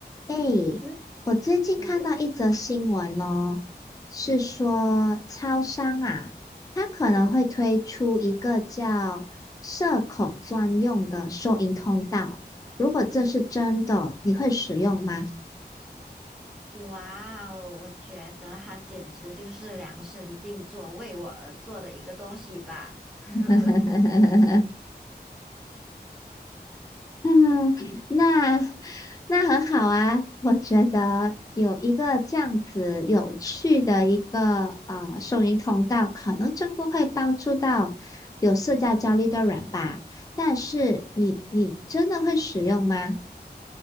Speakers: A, on the left; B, in the centre.
A: 哎，
B: 嗯
A: 我最近看到一则新闻哦，
B: 嗯
A: 是说超商啊，它可能会推出一个叫社恐专用的收银通道。
B: 嗯，
A: 如果这是真的，你会使用吗？
B: 哇哦！我觉得它简直就是量身定做为我而做的一个东西吧。<laughs>
A: <laughs> <laughs> 嗯，那那很好啊，我觉得有一个这样子有趣的一个呃收银通道，可能真的会帮助到有社交焦虑的人吧。但是你你真的会使用吗？